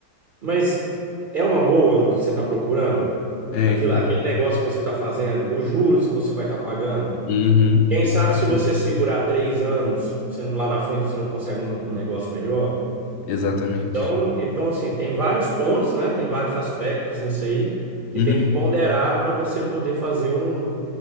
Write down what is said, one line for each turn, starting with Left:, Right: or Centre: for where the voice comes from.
Right: Mas é uma boa no que você está procurando?
Left: É,
Right: Aquilo,
Left: então.
Right: aquele negócio que você está fazendo, os juros que você vai estar pagando.
Left: Uhum,
Right: Quem
Left: exatamente.
Right: sabe se você segurar três anos, você não- lá na frente você não consegue um um negócio melhor?
Left: Exatamente.
Right: Então, então, assim, tem vários pontos, né? Tem vários aspectos nisso aí que
Left: Uhum,
Right: tem que ponderar para você poder fazer um,